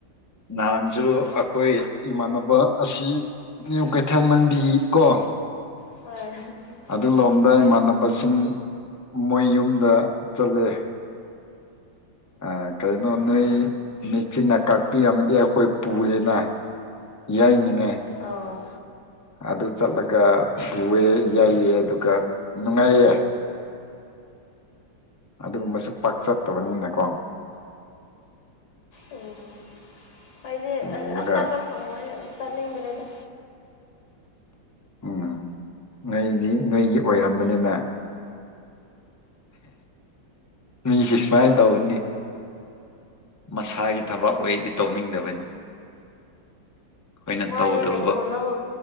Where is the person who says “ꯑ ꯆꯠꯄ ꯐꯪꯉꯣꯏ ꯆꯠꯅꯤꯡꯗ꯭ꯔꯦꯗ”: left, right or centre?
Left